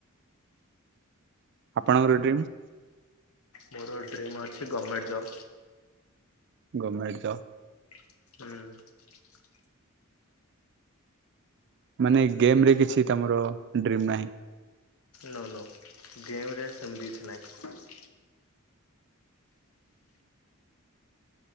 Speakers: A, on the right; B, on the left.
A: ଆପଣଙ୍କର ଡ୍ରିମ୍?
B: ମୋର ଡ୍ରିମ୍ ଅଛି ଗମେଣ୍ଟ ଜବ୍।
A: Government job.
B: ହୁଁ।
A: ମାନେ ଗେମ୍ ରେ କିଛି ତୋମର ଡ୍ରିମ୍ ନାହିଁ?
B: ନୋ ନୋ ଗେମ୍ ରେ ସେମିତି କିଛି ନାଇ।